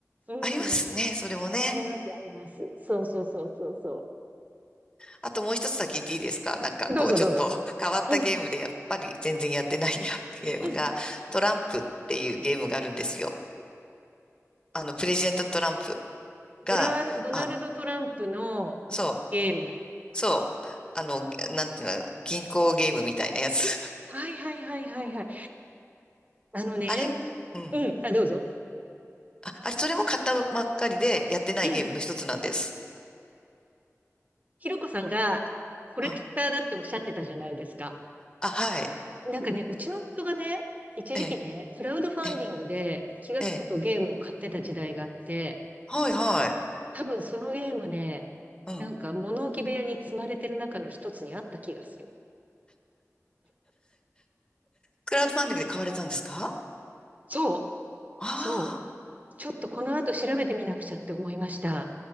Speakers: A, on the right; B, on the left.
A: うん。
B: ありますね、それもね。
A: あります、あります。そうそうそうそうそ
B: あともう一つだけ言っていいですかなんかこうちょっと
A: う。どうぞどうぞ。
B: <laughs> 変わったゲームでやっぱり全然やってない
A: うん、
B: <laughs> ゲームがトランプっていうゲームがあるんですよ。
A: うん。
B: あのプレジデントトランプが、
A: ドラ、ドナルド・
B: あ、
A: トランプの
B: そ
A: ゲーム。
B: う、そう、あの、なんていうの、銀行ゲームみたいなやつ。
A: はいはいはいはいはい。あのね、
B: <laughs> あれも、うん。
A: うん、あ、どうぞ。
B: あ、あれ、それも買ったばっかりでやってないゲームの一つなんです。
A: うん。ひろこさんがコレクターだっておっしゃってたじゃないですか。
B: あ、あ、はい。
A: なんかね、うちの夫がね、一時期ね、
B: ええ、
A: クラウドファンディングで気がつくとゲームを買ってた時代があって、
B: ええ、ええはい、はい。
A: 多分そのゲームね、
B: うん。
A: なんか物置部屋に積まれてる中の一つにあった気がする。
B: クラウドファンディングで買われたんですか
A: そう、
B: ああー。
A: そう。ちょっとこの後調べてみなくちゃって思いました。